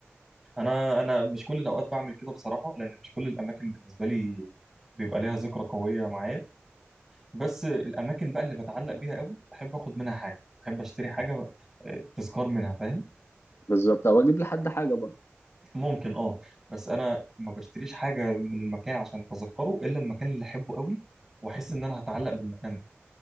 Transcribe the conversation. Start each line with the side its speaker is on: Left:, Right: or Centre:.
Centre: انا انا مش كل الاوقات بعمل كده بصراحه لان مش كل الاماكن بالنسبه لي بيبقى ليها ذكرى قويه معايا بس الاماكن بقى اللي بتعلق بيها قوي بحب اخد منها حاجه بحب اشتري حاجه آه، تذكار منها فاهم
Left: بالظبط او اجيب لحد حاجه
Centre: ممكن اه بس انا ما بشتريش حاجه من المكان عشان اتذكره الا المكان اللي احبه قوي واحس ان انا هتعلق بالمكان ده